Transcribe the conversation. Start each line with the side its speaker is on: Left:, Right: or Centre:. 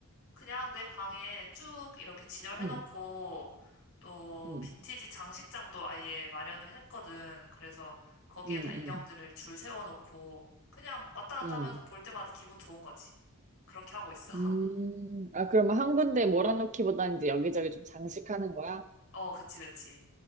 Left: 그냥 내 방에 쭉 이렇게 진열해놓고,
Right: 음,
Left: 또
Right: 음,
Left: 빈티지 장식장도 아예 마련을 했거든. 그래서 거기에다
Right: 음,
Left: 인형들을
Right: 음,
Left: 줄 세워놓고, 그냥 왔다 갔다
Right: 음.
Left: 하면서 볼 때마다 기분 좋은 거지. 그렇게 하고 있어. <laughs>
Right: 음, 아, 그러면 한 군데 몰아놓기보다는 이제 여기저기 좀 장식하는 거야?
Left: 어, 그치, 그치.